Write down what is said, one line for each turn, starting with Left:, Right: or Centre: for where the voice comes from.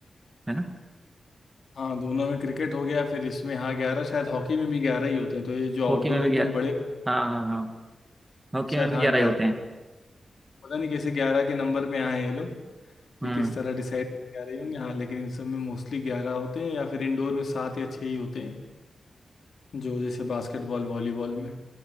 Right: है ना
Left: हाँ दोनों में क्रिकेट हो गया फिर इसमें हाँ ग्यारह शायद हॉकी में भी ग्यारह ही होते हैं तो ये जो आउटडोर
Right: हॉकी में भी
Left: एकदम
Right: ग्यारह
Left: बड़े
Right: हाँ हाँ हाँ हॉकी
Left: वाले, शायद
Right: में भी
Left: हाँ
Right: ग्यारह
Left: ग्यारह
Right: ही होते हैं
Left: पता नहीं कैसे ग्यारह के नंबर पे आए हैं ये लोग कि
Right: हम्म
Left: किस तरह डिसाइड ग्यारह होंगे हाँ लेकिन इन सब में मोस्टली ग्यारह होते हैं या फिर इंडोर में सात या छः ही होते हैं जो जैसे बास्केटबॉल वॉलीबॉल में